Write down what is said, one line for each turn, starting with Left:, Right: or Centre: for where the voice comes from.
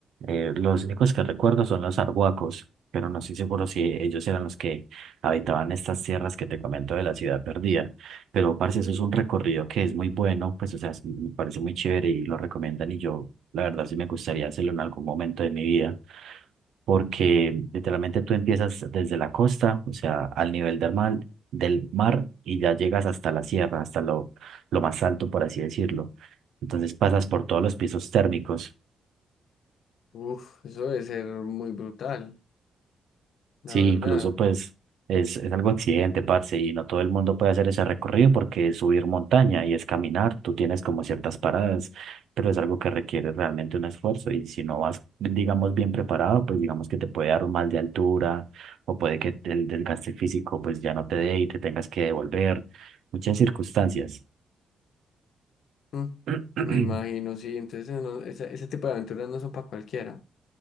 Right: Eh, los únicos que recuerdo son los arhuacos, pero no estoy seguro si ellos eran los que habitaban estas tierras que te comento de la ciudad perdida. Pero, parce, eso es un recorrido que es muy bueno, pues, o sea, es- me parece muy chévere y lo recomiendan y yo, la verdad, sí me gustaría hacerlo en algún momento de mi vida porque literalmente tú empiezas desde la costa, o sea, al nivel del mar, del mar y ya llegas hasta la sierra, hasta lo, lo más alto, por así decirlo. Entonces pasas por todos los pisos térmicos.
Left: Uf, eso debe ser muy brutal, la
Right: Sí,
Left: verdad.
Right: incluso pues es, es algo exigente, parce, y no todo el mundo puede hacer ese recorrido porque es subir montaña y es caminar, tú tienes como ciertas paradas, pero es algo que requiere realmente un esfuerzo y si no vas, digamos, bien preparado, pues digamos que te puede dar un mal de altura o puede que el desgaste físico pues ya no te dé y te tengas que devolver, muchas circunstancias.
Left: Mm,
Right: <clears throat>
Left: me imagino, sí. Entonces, no- ese ese tipo de aventuras no son para cualquiera.